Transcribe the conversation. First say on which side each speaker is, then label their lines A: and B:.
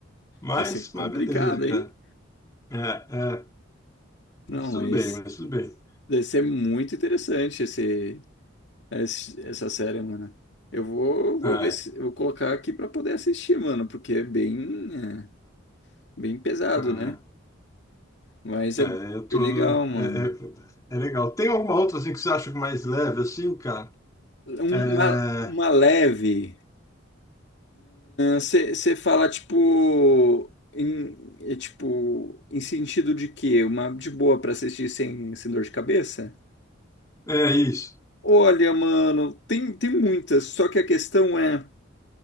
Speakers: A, on the left; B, on the left.
A: Mas,
B: Deve ser complicado,
A: mas beleza, cara.
B: hein?
A: É, é,
B: Não,
A: mas tudo
B: mas
A: bem, mas tudo bem.
B: deve ser muito interessante esse, esse- essa série, mano. Eu vou, vou
A: É,
B: ver se vou colocar aqui pra poder assistir, mano, porque é bem, é, bem pesado,
A: é.
B: né? Mas
A: É,
B: é
A: eu tô,
B: bem legal, mano.
A: é, é, é legal. Tem alguma outra assim que você acha mais leve assim, cara?
B: Um-
A: É,
B: Uma, uma leve. Você fala tipo em, é, tipo em sentido de quê? Uma de boa pra assistir sem, sem dor de cabeça?
A: é isso.
B: Olha, mano, tem, tem muitas, só que a questão é